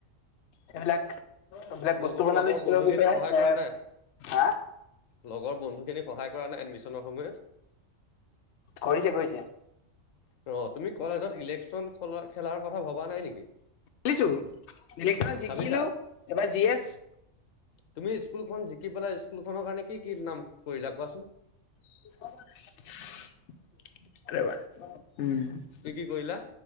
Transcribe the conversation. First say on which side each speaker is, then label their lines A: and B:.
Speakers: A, on the left; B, on the left.
A: এইবিলাক এইবিলাক বস্তু
B: লগৰ
A: বনালো
B: লগৰ
A: স্কুলৰ
B: বন্ধু
A: বিষয়ে
B: খিনিক সহায় কৰা
A: এ
B: নাই
A: হা
B: লগৰ বন্ধু খিনিক সহায় কৰা নাই, এডমিশ্যনৰ সময়ত?
A: কৰিছে কৰিছে।
B: ৰ' তুমি কলেজত ইলেকশ্যন খলা খেলাৰ কথা ভবা নাই নেকি?
A: খেলিছো, ইলেশ্যনত জিকিলো
B: ভাবিছা
A: এবাৰ জি এছ
B: তুমি স্কুলখন জিকি পেলাই স্কুল খনৰ কাৰণে, কি কি নাম কৰিলা কোৱাচোন?
A: আৰু এবাৰ, উম
B: কি কি কয়িলা?